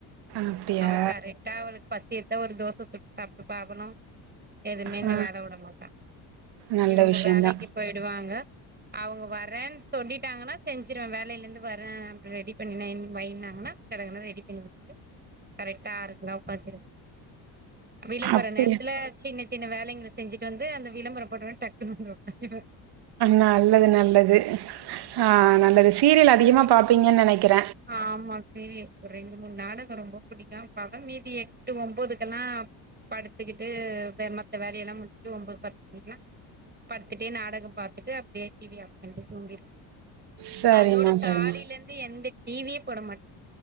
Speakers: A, on the right; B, on the right.
A: அப்டியா
B: அவ கரெக்டா அவளுக்கு பசிச்சா ஒரு தோசை சுட்டு சாப்ட்டுப்பா அவளு எதுவுமே என்ன
A: ஆ
B: வேலை விட மாட்டா
A: நல்ல
B: இவங்க
A: விஷயந்தா
B: வேலைக்கு போயி டுவாங்க அவங்க வரனு சொல்லிட்டாங்கனா செஞ் சுடுவ வேலையில இருந்து வர அப்டி ரெடி பண்ணிவைனாங்கனா கட கடனு ரெடி பண்ணி வச்சிட்டு கரெக்டா இருக்குனா உக்காச்சுடுவ விளம்பற
A: அப்டியா
B: நேரத்துல சின்ன சின்ன வேலைகள செஞ்சிட்டு வந்து அந்த விளம்பர போட்டப்ப டக்குன்ன வந்து உககாந்துடுவ
A: நல்லது நல்லது ஆ நல்லது சீரியல் அதிகமா
B: போட்டு
A: பாப்பீங்கனு நெனைக்கற
B: ஆமா சீரியல் ஒரு ரெண்டு மூணு நாடகம் ரொம்ப புடிக்கு பகல் மீதி எட்டு ஒன்பதுக்கெல்லா படுத்துக்கிட்டு மத்த வேலையெல்லா முடிச்சுட்டு ஒன்பது பத்து மணிக் எல்லா படுத்துட்டே நாடகம் பாத்துட்டு அப்டியே டிவி ஆஃப் பண்ணிட்டு தூங்கிடுவ
A: சரிம்மா
B: அதோட தாலிலந்து
A: சரிம்மா
B: எந்த டிவியே போட மாட்டே